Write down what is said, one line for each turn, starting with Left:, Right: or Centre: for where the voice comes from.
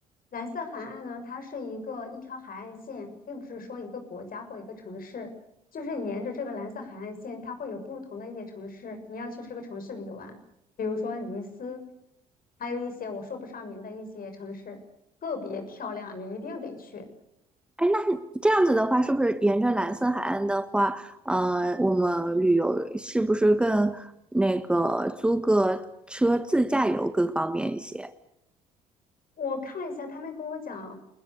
Left: 蓝色海岸呢，它是一个一条海岸线，并不是说一个国家或一个城市，就是沿着这个蓝色海岸线，它会有不同的一些城市，你要去这个城市里玩，比如说尼斯，还有一些我说不上名的一些城市，特别漂亮，你一定得去。
Centre: 哎，那这样子的话，是不是沿着蓝色海岸的话，呃，我们旅游是不是更那个租个车自驾游更方便一些？
Left: 我看了一下，他们跟我讲，